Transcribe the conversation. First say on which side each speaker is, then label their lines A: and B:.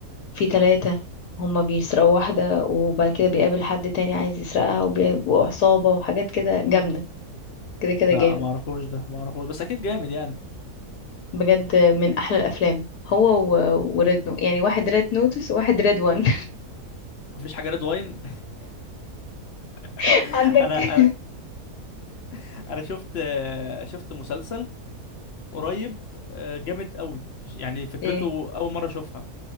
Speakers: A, on the left; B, on the left.
A: في ثلاثة هما بيسرقوا واحدة وبعد كده بيقابل حد تاني عايز يسرقها وبيبقوا عصابة وحاجات كده جامدة كده كده
B: لا
A: جامد
B: ما اعرفوش ده ما اعرفوش بس اكيد جامد يعني
A: بجد من أحلى الأفلام هو و... وريد نو يعني واحد ريد نوتس وواحد ريد وان
B: مفيش حاجه ريد واين <laughs>
A: <laughs> عندك
B: انا انا <laughs> انا شفت شفت مسلسل قريب آه، جامد قوي يعني فكرته
A: ايه
B: اول مره اشوفها